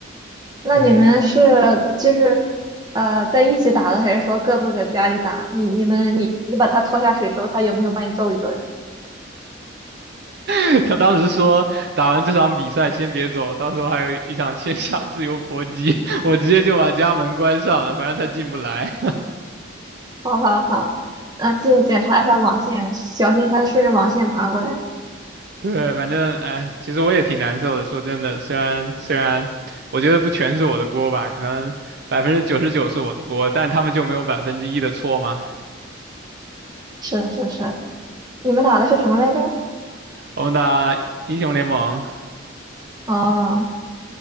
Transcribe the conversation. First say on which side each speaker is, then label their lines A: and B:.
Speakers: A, on the right; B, on the right.
A: 那你们是就是呃在一起打的，
B: 对。
A: 还是说各自在家里打？你你们你你把他拖下水之后，他有没有把你揍一顿？
B: <laughs> 他当时说打完这场比赛先别走，到时候还有一场线下自由搏击，我直接就把家门关上了，反正他进不来。
A: 好好好，嗯、记得检查一下网线，小心它顺着网线爬过来。
B: 对，反正哎，其实我也挺难受的。说真的，虽然虽然我觉得不全是我的锅吧，可能百分之九十九是我的锅，但他们就没有百分之一的错嘛。
A: 是是是，你们打的是什么来着？
B: 我们打英雄联盟，
A: 哦，